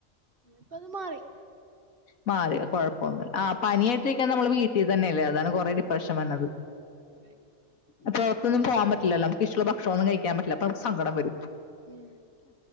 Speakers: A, on the right (about 40°); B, on the left (about 80°).
A: ഇപ്പൊത് മാറി.
B: മാര്യോ കുഴപ്പൊന്നില്ല ആ പനിയായിട്ടിരിക്കാമ്മൾ വീട്ടിൽ തന്നെല്ലേ അതാണ് കൊറെ ഡിപ്രഷൻ വന്നത്.
A: <inaudible>
B: അപ്പൊ പുറത്തൊന്നും പോവാൻ പറ്റില്ലല്ലോ നമുക്കഷ്ടുള്ള ഭക്ഷണമൊന്നും കഴിക്കാൻ പറ്റില്ല അപ്പൊ നമുക്ക് സങ്കടം വരും.
A: ഉം